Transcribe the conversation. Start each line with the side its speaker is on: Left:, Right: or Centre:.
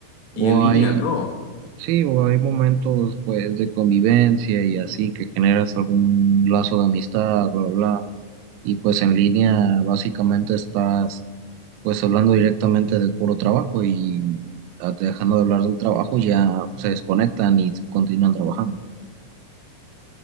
Right: O
Left: Y en línea,
Right: hay
Left: no.
Right: Sí, o hay momentos pues de convivencia y así que generas algún lazo de amistad, bla, bla, bla. Y pues en línea básicamente estás pues hablando directamente del puro trabajo y ah, dejando de hablar del trabajo ya se desconectan y continúan trabajando.